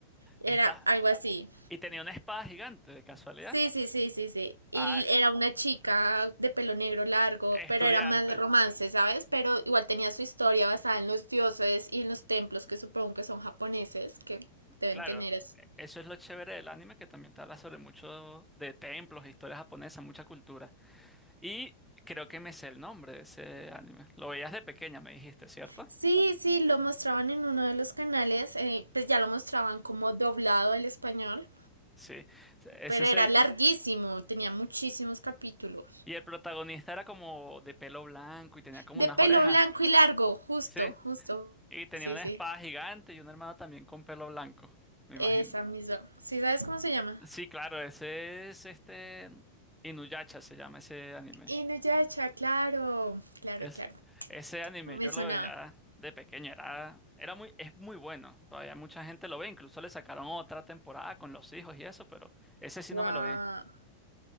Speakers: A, on the right; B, in the centre.
A: era
B: Está,
A: algo así.
B: y tenía una espada gigante, de casualidad.
A: Sí, sí, sí, sí, sí. Y
B: Ah,
A: era una chica de pelo negro largo,
B: estudiante.
A: pero era más romance, ¿sabes? Pero igual tenía su historia basada en los dioses y en los templos que supongo que son japoneses, que deben
B: Claro,
A: tener eso.
B: e- eso es lo chévere del anime, que también te habla sobre mucho de templos, historias japonesas, mucha cultura. Y creo que me sé el nombre de ese anime. Lo veías de pequeña, me dijiste, ¿cierto?
A: Sí, sí, lo mostraban en uno de los canales, eh, pues ya lo mostraban como doblado al español,
B: Sí. Es
A: pero
B: ese.
A: era larguísimo, tenía muchísimos capítulos.
B: Y el protagonista era como de pelo blanco y tenía como
A: De
B: unas
A: pelo
B: orejas,
A: blanco y largo, justo,
B: ¿sí?
A: justo.
B: Y tenía
A: Sí,
B: una
A: sí.
B: espada gigante y un hermano también con pelo blanco, me imagino.
A: Esa misma. ¿Sí sabes cómo se llama?
B: Sí, claro, ese es este. Inuyasha se llama ese anime.
A: Inuyasha, claro, claro,
B: Es,
A: claro.
B: ese anime
A: No me
B: yo
A: sonaba.
B: lo veía de pequeño, era, era muy, es muy bueno. Todavía mucha gente lo ve, incluso le sacaron otra temporada con los hijos y eso, pero ese sí
A: Guau.
B: no me lo vi.